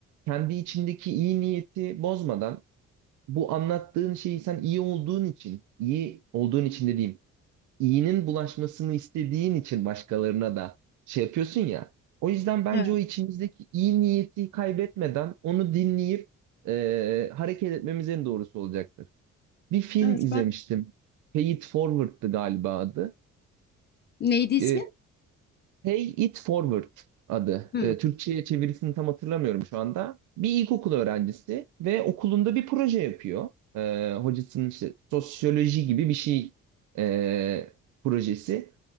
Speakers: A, on the right; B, on the left.
A: kendi içindeki iyi niyeti bozmadan bu anlattığın şeyi sen iyi olduğun için, iyi olduğun için dediğim iyinin bulaşmasını istediğin için başkalarına da şey yapıyorsun ya. O yüzden bence
B: Evet,
A: o içimizdeki iyi niyeti kaybetmeden onu dinleyip e, hareket etmemiz en doğrusu olacaktır. Bir film
B: evet
A: izlemiştim.
B: ben
A: Pay It Forward'dı galiba adı.
B: Neydi ismi?
A: E, Pay It Forward adı.
B: Hı.
A: E, Türkçe'ye çevirisini tam hatırlamıyorum şu anda. Bir ilkokul öğrencisi ve okulunda bir proje yapıyor. E, hocasının işte sosyoloji gibi bir şey e, projesi.